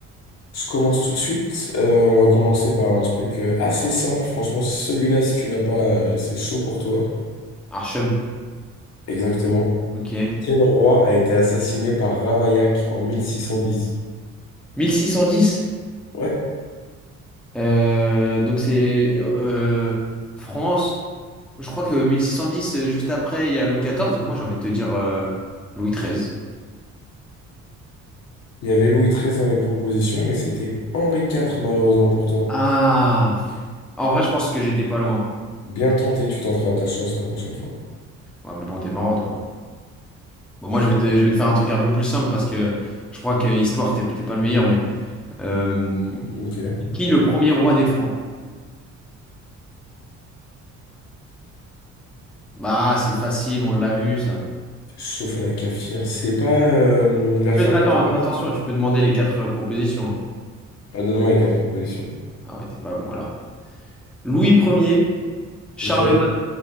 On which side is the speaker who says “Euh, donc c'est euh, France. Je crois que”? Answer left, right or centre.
Centre